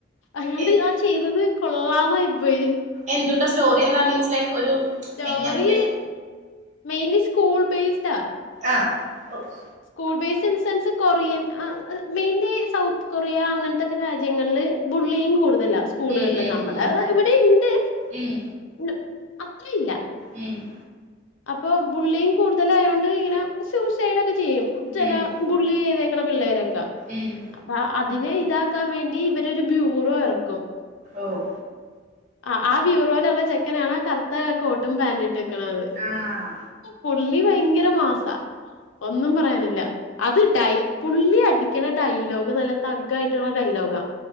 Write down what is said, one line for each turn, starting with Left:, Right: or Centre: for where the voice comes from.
Left: അയാട്
Right: എ
Left: ആ ചെയ്ത് കൊള്ളാന്നായി പോയി
Right: എന്തൂട്ടസ്റ്റോറി എന്താ മീൻസ് ലൈക്ക് ഒരു
Left: സ്റ്റോറി
Right: എങ്ങനത്തെ
Left: മെയിൻലി സ്കൂൾ ബേസ്ഡാ
Right: ആഹ് ഓഹ്
Left: സ്കൂൾ ബേസ് സെൻസ് കൊറിയൻ ആഹ് ആ മെയിൻലി സൗത്ത് കൊറിയ അങ്ങനത്തെക്കെ രാജ്യങ്ങളിൽ ബുള്ളിങ്ങ് കൂടുതലാ. സ്കൂളുകളില്
Right: ഉം ഉം
Left: നമ്മടെ
Right: ഉം
Left: ഇവിടെ ഇൻണ്ട്
Right: ഉം
Left: ഒരു അത്രില്ല
Right: ഉം
Left: അപ്പൊ ബുള്ളിങ്ങ് കൂടുതലയോണ്ട് ഇങ്ങനെ സൂസൈഡ് ഒക്കെ ചെയ്യും ചെല
Right: ഉം
Left: ബുള്ളി ചെയ്തേക്കണ പിള്ളേരൊക്കെ
Right: ഉം
Left: അപ്പ അതിന് ഇതാക്കാൻ വേണ്ടി ഇവരോരു ബ്യൂറോ എറക്കും
Right: ഓഹ്.
Left: ആഹ്, ആ ബ്യൂറോയിലുള്ള ചെക്കനാണ്, ആ കറുത്ത കോട്ടും പാന്റും ഇട്ടെക്കണത്.
Right: ആഹ്
Left: പുള്ളി ഭയങ്കര മാസാ ഒന്നും പറയാനില്ല അത് ഡൈ പുള്ളി അടിക്കണേ ഡയലോഗ് നല്ല തഗ് ആയിട്ടൊള്ളെ ഡയലോഗാ.